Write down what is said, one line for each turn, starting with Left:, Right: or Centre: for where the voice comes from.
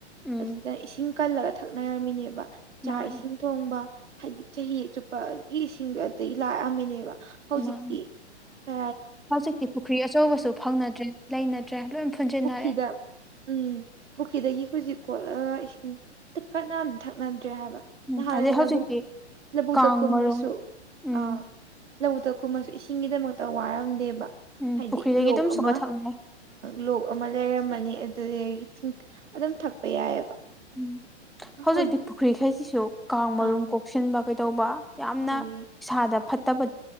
Centre: ꯎꯝ
Right: ꯑꯗꯨꯗꯅ ꯏꯁꯤꯡ ꯀꯜꯂꯒ ꯊꯛꯅꯔꯝꯃꯤꯅꯦꯕ
Centre: ꯃꯥꯅꯤ
Right: ꯆꯥꯛ ꯏꯁꯤꯡ ꯊꯣꯡꯕ ꯍꯥꯏꯗꯤ ꯆꯍꯤ ꯆꯨꯞꯄꯒꯤ ꯏꯁꯤꯡꯗꯣ ꯑꯗꯨꯗꯒꯤ ꯂꯥꯛꯑꯝꯃꯤꯅꯦꯕ ꯍꯧꯖꯤꯛꯇꯤ
Centre: ꯃꯥꯅꯤ
Right: ꯀ
Centre: ꯍꯧꯖꯤꯛꯇꯤ ꯄꯨꯈ꯭ꯔꯤ ꯑꯆꯧꯕꯁꯨ ꯐꯪꯅꯗ꯭ꯔꯦ ꯂꯩꯅꯗ꯭ꯔꯦ ꯂꯣꯏ ꯐꯨꯟꯖꯤꯟꯅꯔꯦ
Right: ꯄꯨꯈ꯭ꯔꯤꯗ ꯎꯝ ꯄꯨꯈ꯭ꯔꯤꯗꯒꯤ ꯍꯧꯈꯣꯏꯖꯤꯛ ꯀꯣꯠꯂꯒ ꯏꯁꯤꯡ ꯀ ꯟꯅ ꯊꯛꯅ ꯭ꯔꯦ ꯍꯥꯏꯕ
Centre: ꯎꯝ
Right: ꯅꯍꯥꯟꯔꯗꯤ
Centre: ꯑꯗꯩ ꯍꯧꯖꯤꯛꯇꯤ
Right: ꯂꯧꯕꯨ ꯂꯧꯕꯨꯛꯇ
Centre: ꯀꯥꯡ
Right: ꯀꯨꯝꯕꯁꯨ
Centre: ꯃꯔꯨꯝ ꯎꯝ
Right: ꯑꯥ ꯂꯧ ꯆꯛꯈꯨꯝꯕꯁꯨ ꯏꯁꯤꯡꯒꯤꯗꯃꯛꯇ ꯋꯥꯔꯝꯗꯦꯕ
Centre: ꯎꯝ
Right: ꯍꯥꯏꯗꯤ
Centre: ꯄꯨꯈ꯭ꯔꯤꯗꯒꯤ
Right: ꯂꯣꯛ
Centre: ꯑꯗꯨꯝ
Right: ꯑꯃ
Centre: ꯁꯨꯕ ꯊꯛꯅꯩ
Right: ꯂꯣꯛ ꯑꯃ ꯂꯩꯔꯝꯃꯅꯤ ꯑꯗꯨꯗꯒꯤ ꯑꯗꯨꯝ ꯊꯛꯄ ꯌꯥꯏꯑꯕ
Centre: ꯎꯝ ꯍꯧꯖꯤꯛꯇꯤ
Right: ꯍꯧꯖꯤꯛ
Centre: ꯄꯨꯈ꯭ꯔꯤꯈꯩꯁꯤꯁꯨ ꯀꯥꯡ ꯃꯔꯨꯝ
Right: ꯑꯥ
Centre: ꯀꯣꯛꯁꯤꯟꯕ ꯀꯩꯗꯧꯕ ꯌꯥꯝꯅ
Right: ꯍꯣꯏꯌꯦ
Centre: ꯏꯁꯥꯗ ꯐꯠꯇꯕ